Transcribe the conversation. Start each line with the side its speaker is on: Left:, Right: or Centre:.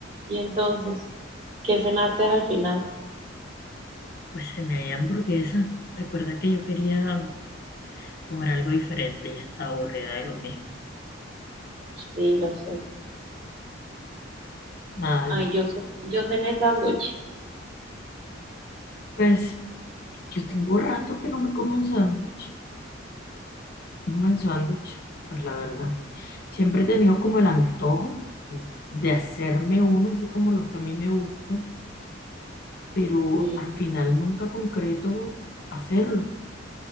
Right: Y entonces, ¿qué cenaste al final?
Left: Pues cené hamburguesa. Recuerda que yo quería comer algo diferente, ya estaba aburrida de lo mismo.
Right: Sí, lo sé.
Left: Nada,
Right: Ay, yo, so- yo cené sándwich.
Left: pues yo tengo rato que no me como un sándwich, un buen sándwich, pues la verdad. Siempre he tenido como el antojo de hacerme uno, así como los que a mí me gustan, pero
Right: Sí,
Left: al final nunca concreto hacerlo.